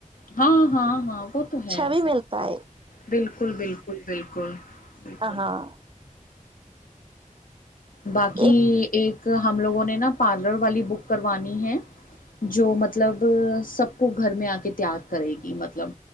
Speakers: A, on the left (about 85°); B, on the right (about 40°).
A: ہاں ہاں ہاں وہ تو ہےسی
B: بھی ملتا ہے
A: بالکل بالکل بالکل بالکل
B: ہ ہاں
A: باقی
B: ایک
A: ایک ہم لوگوں نے نا پارلر والی بک کروانی ہے جو مطلب سب کو گھر میں آ کے تیار کرے گی مطلب